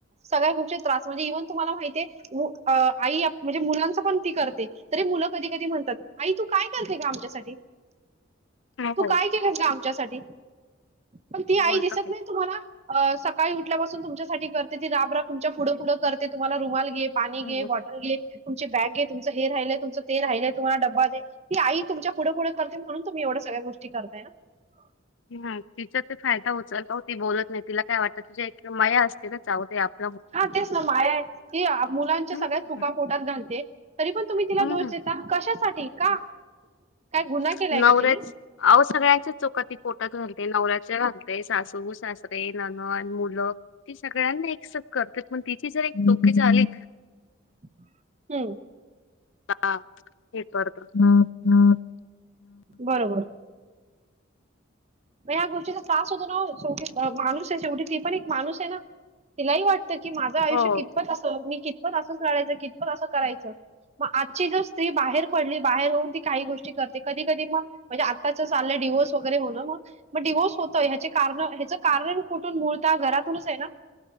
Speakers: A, on the right; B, on the left.
A: सगळ्या गोष्टीत त्रास म्हणजे ईव्हन तुम्हाला माहितीये उ अ.. आई म्हणजे मुलांच पण ती करते तरी मुलं कधी कधी म्हणतात आई तू काय करते ग आमच्यासाठी?
B: हो
A: तू काय केलं ग आमच्यासाठी? पण ती आई
B: बोलत
A: दिसत नाही तुम्हाला अ. सकाळ सकाळी उठल्यापासून तुमच्यासाठी करते ती राबराब तुमच्या पुढं -पुढं करते तुम्हाला रुमाल घे पाणी
B: बोलत
A: घे, बॉटल घे तुमची बॅग घे, तुमचं हे राहिलय, तुमचं ते राहिलय तुम्हाला डबा दे, ही आई तुमच्या पुढं -पुढं करते म्हणून तुम्ही एवढं सगळ्या गोष्टी करताय ना? <inaudible>
B: ह तिचा ते फायदा उचलताव ती बोलत नाय तिला काय वाटतं तिच्या एक मया असते ना जाऊदे आप
A: हा तेच ना मायाय ती अ.. मुलांच्या
B: हम्म.
A: सगळ्या चुका पोटात घालते तरी पण तुम्ही तिला
B: हम्म
A: दोष देता कशासाठी?
B: <inaudible>
A: का? काय गुन्हा केलाय
B: नवऱ्याच
A: का तिने?
B: अव सगळ्यांच्याच चुका ती पोटात घाल ते नवऱ्याच्या घालते, सासू सासरे ननं नंनद, मुलं ती सगळ्यांना एक्सेप्ट करते पण तिची जर एक <inaudible> चूकी झाली
A: <inaudible> हम्म
B: ह हे ह हम् <unintelligible>
A: बरोबर म ह्या गोष्टीचा त्रास होतो ना ओ शेवटी अ माणूस वटी ती पण एक माणूसय ना तिलाही वाटतं की माझं आयुष्य
B: हो
A: कितपत असाव मी कितपत असंच लढायचं कितपत असं करायचं मग आजची जर स्त्री बाहेर पडली बाहेर होऊन ती काही गोष्ट टी करते कधी- कधी म म्हणजे आताचं चाललय डिव्होर्स वगैरे होण मग मग डिव्होर्स होतोय ह्याचे कारणं- ह्याच कारण कुठून मूळता घरातूनच आहे ना.